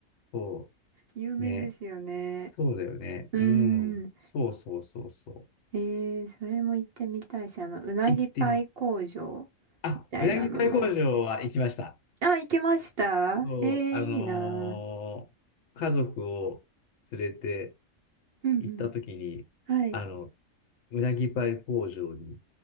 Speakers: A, on the left (about 65°); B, on the right (about 60°).
A: そ
B: 有名ですよね。
A: う。ね。そうだよね。
B: うーん。
A: うん。そうそうそうそう。
B: ええ、それも行ってみたいし、あの、うなぎパイ工場みたいなのも。
A: 行ってみ、あ、うなぎパイ工場は行きました。
B: あ、行けましたええ、
A: そう、あのー家族を連れて
B: いいなうんうん。
A: 行った時に、
B: はい。
A: あの、うなぎパイ工場に